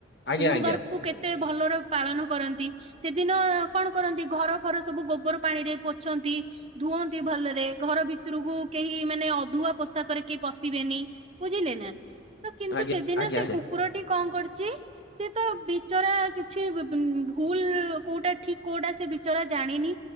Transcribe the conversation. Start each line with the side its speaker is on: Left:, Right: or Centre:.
Left: ଆଜ୍ଞା
Right: ଗୁରୁବାରକୁ
Left: ଆଜ୍ଞା
Right: କେତେ ଭଲରେ ପାଳନ କରନ୍ତି। ସେଦିନ କଣ କରନ୍ତି ଘର ଘର ସବୁ ଗୋବର ପାଣିରେ ପୋଛନ୍ତି, ଧୁଅନ୍ତି ଭଲରେ ଘର ଭିତରକୁ କେହି ମାନେ ଅଧି ଅଧୁଆ ପୋଷାକରେ କେହି ପଶିବେନି ବୁଝିଲେ ନା। ତ କିନ୍ତୁ
Left: ଆଜ୍ଞା
Right: ସେଦିନ
Left: ଆଜ୍ଞା
Right: ସେ
Left: ଆଜ୍ଞା
Right: କୁକୁରଟି କଣ କରିଛି ସିଏ ତୋ ବିଚରା କିଛି ବି ବି ଭୁଲ କୋଉଟା ଠିକ କୋଉଟା ସେ ବିଚରା ଜାଣିନି।